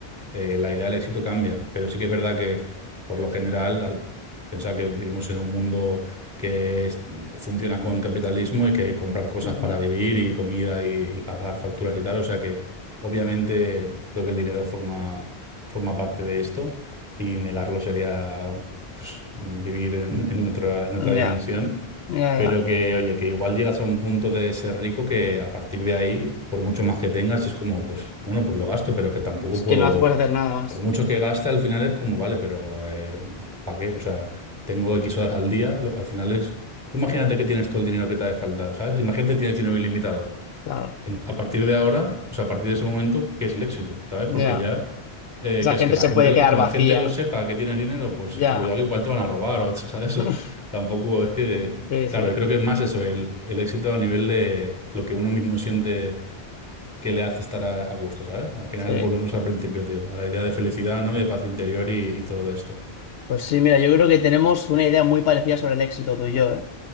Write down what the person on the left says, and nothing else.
Ujú.
Ya, ya,
ya.
Es
que no hace- puedes hacer nada más.
Claro,
ya.
Esa
gente
se
puede
quedar
vacía.
Ya.
<laughs>
Sí, sí,
sí.
Pues sí, mira, yo creo que tenemos una idea muy parecida sobre el éxito tú y yo, ¿eh?